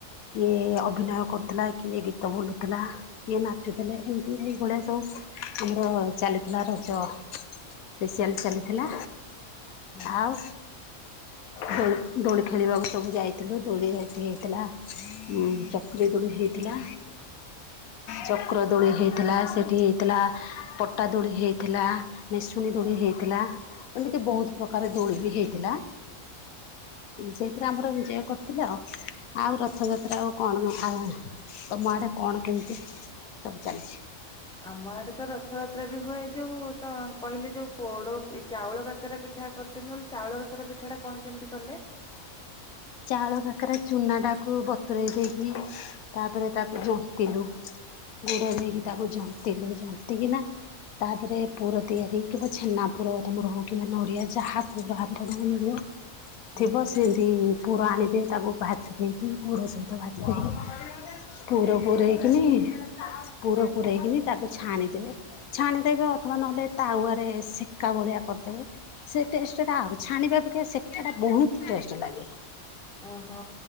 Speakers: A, on the left (about 80°); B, in the centre.
A: କିଏ ଅଭିନୟ କରୁଥିଲା କିଏ ଗୀତ ବୁଲୁଥିଲା କିଏ ନାଚୁଥିଲେ ଏମିତି ଏଇଭଳିଆ ସବୁ। ଆମର ଚାଲିଥିଲା ରଜ ସ୍ପେସିଆଲ ଚାଲିଥିଲା।
B: ହୁଁ।
A: ଆଉ ଦୋଳି ଦୋଳି ଖେଳିବାକୁ ସବୁ ଯାଇଥିଲୁ ଦୋଳି ଯାଇ ହେଇଥିଲ ଚକ୍ରିଦୋଳି ହେଇଥିଲା। ଚକ୍ରଦୋଳି ହେଇଥିଲା ସେଠି ହେଇଥିଲା ପଟାଦୋଳି ହେଇଥିଲା ମେସୁଣୀଦୋଳି ହେଇଥିଲା। ହେଇଥିଲା ଏମିତି ବହୁତ ପ୍ରକାର ଦୋଳି ବି ହେଇଥିଲା। ସେଇଥିରେ ଆମର ଏଞ୍ଜୟ କରିଥିଲ ଆଉ। ଆଉ ରଥଯାତ୍ରା ଆଉ କଣ ତମ ଆଡେ କଣ କେମିତି? ସବୁ ଚାଲିଛି?
B: ଆମ ଆଡେ ତ ରଥଯାତ୍ରା ବି ହୁଏ ଯୋଉ ତ କହିଲେ ଯୋଉ ପୋଡ ଚାଉଳ କାକରା ପିଠା କରିଛନ୍ତି ବୋଲି ଚାଉଳ କାକରା ପିଠାଟା କଣ କେମିତି କଲେ?
A: <inaudible> ଚାଉଳ ପାକରେ ଚୁନା ଟାକୁ ବତୁରଇ ଦେଇକି ତାପରେ ତାକୁ ଜନ୍ତିଲୁ ଗୁଡ଼ ଦେଇକି
B: ହୁଁ
A: ତାକୁ ଜନ୍ତିଲୁ ଜନ୍ତିିକିନା ତାପରେ ପୁର ତିଆରି କିମ୍ବା ଛେନା ପୁର ତମର ହଉ କିମ୍ବା ନଡିଆ ଯାହା ପୁର ଆପଣ ଥିବ
B: ହୁଁ ହୁଁ
A: ସେ ସେମତି ପୁର ଆଣିବେ ତାକୁ ଭାଜି ଦେଇକି ଗୋଡ଼ ସହିତ ଭାଜି ଦେଇକି ପୁର ପୁରଇକିନି ପୁର ପୁରାଇକିନି ତାକୁ ଛାଣିଦେବେ ଛାଣିଦବେ ଆଉ ନହେଲେ ତାରେ ସେକା ଭଳିଆ କରିଦେବେ ସେ ଟଷ୍ଟା ଆ ଛାଣିବାକ୍ଷ ସୋ ବହୁତ ଟେଷ୍ଟ ଲାଗେ।
B: ଓହୋ